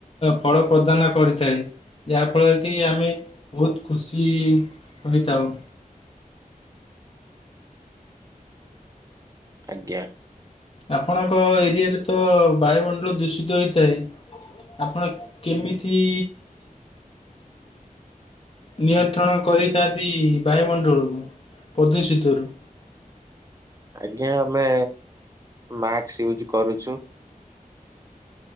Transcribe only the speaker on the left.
ଫଳ ପ୍ରଦାନ କରିଥାଏ। ଯାହାଫଳରେ କି ଆମେ ବହୁତ ଖୁସି ହୋଇଥାଉ।
ଆପଣଙ୍କ ଏରିଆରେ ତ ବାୟୁମଣ୍ଡଳ ଦୂଷିତ ହୋଇଥାଏ। ଆପଣ କେମିତି ନିୟନ୍ତ୍ରଣ କରିଥାନ୍ତି ବାୟୁମଣ୍ଡଳକୁ ପ୍ରଦୁସିତରୁ?